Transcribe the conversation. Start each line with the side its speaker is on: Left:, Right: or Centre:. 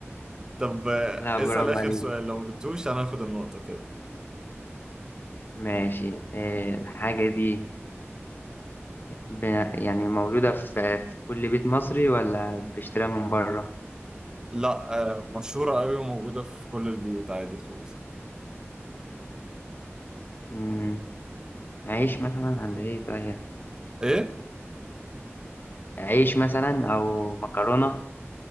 Right: طب آه،
Left: لا
Right: اسأل
Left: برافو
Right: آخر
Left: عليك
Right: سؤال لو ما جبتوش أنا هاخد النقطة كده
Left: ماشي إيه الحاجة دي ب- يعني موجودة في في كل بيت مصري ولا بيشتريها من بره؟
Right: لا آه، مشهورة أوي وموجودة في كل البيوت عادي خالص
Left: مم. عيش مثلا ولا إيه طيب؟
Right: إيه؟
Left: عيش مثلا أو مكرونة